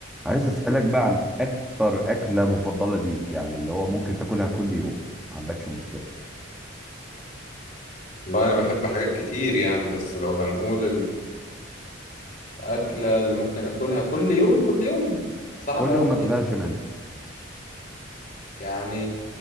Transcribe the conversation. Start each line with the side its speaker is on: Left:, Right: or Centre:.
Centre: عايز اسالك بقى عن اكتر اكله مفضله ليك يعني اللي هو ممكن تاكلها كل يوم ما عندكش مشكله
Left: والله أنا بحب حاجات كتير يعني بس لو هنقول الأكلة اللي ممكن أكلها كل يوم كل يوم صعبة
Centre: كل يوم
Left: أوي
Centre: ما
Left: دي
Centre: تزهقش منها
Left: يعني